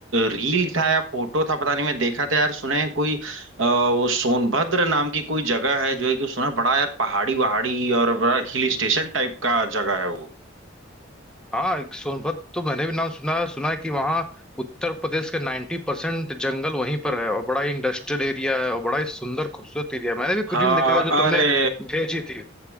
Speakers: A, on the right; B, in the centre.
A: रील था या फोटो था पता नहीं मैं देखा था यार सुने हैं कोई अ, वो सोनभद्र नाम की कोई जगह है जो है कि सुना है बड़ा यार पहाड़ी वहाड़ी और बड़ा हिल स्टेशन टाइप का जगह है वो
B: हाँ एक सोनभद्र तो मैंने भी नाम सुना है सुना है कि वहाँ उत्तर प्रदेश के नाइन्टी परसेंट जंगल वहीं पर है और बड़ा ही इंडस्ट्रियल एरिया है और बड़ा ही सुंदर खूबसूरत एरिया है मैंने भी कुछ
A: हाँ
B: रील देखा था जो तुमने
A: अरे
B: भेजी थी